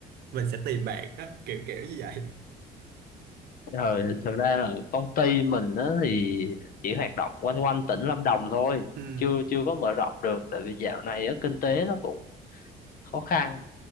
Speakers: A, on the right; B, on the left.
A: mình sẽ tìm bạn đó kiểu kiểu như vậy
B: ờ, thực ra là công ty mình á thì chỉ hoạt động quanh quanh tỉnh Lâm Đồng thôi
A: ừ
B: chưa chưa có mở rộng được tại vì dạo này á kinh tế nó cũng khó khăn